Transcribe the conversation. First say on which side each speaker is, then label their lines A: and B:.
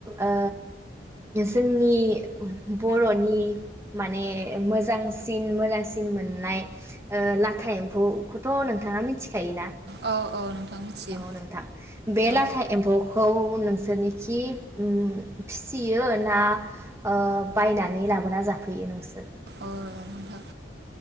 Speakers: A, on the right (about 15°); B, on the right (about 65°).
A: ओ जोंनि बर'नि माने मोजांसिन मोजांसिन मोननाय लाथा एम्फौखौथ' नोंथाङा मिथिखायोना
B: औ औ औ मिथियो
A: औ नोंथां बे
B: औ
A: लाथा एम्फौखौ उन नोंसोरनिखि फिसियो ना ओ बायनानै लाबोना जाफैयो नोंसोर
B: औ नोंथां